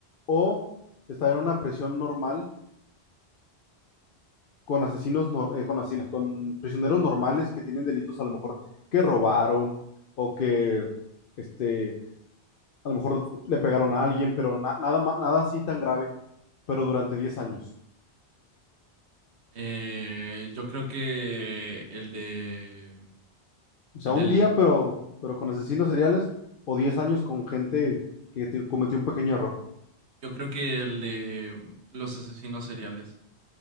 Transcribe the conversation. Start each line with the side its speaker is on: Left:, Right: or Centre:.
Left: o estar en una prisión normal con asesinos, no- eh, con asesinos, con prisioneros normales que tienen delitos a lo mejor que robaron o que, este, a lo mejor le pegaron a alguien, pero na- nada, ma- nada así tan grave, pero durante diez años.
Right: Eh, yo creo que el de,
Left: O sea,
Right: el
Left: un
Right: del,
Left: día, pero, pero con asesinos seriales o 10 años con gente que te cometió un pequeño error.
Right: yo creo que el de los asesinos seriales,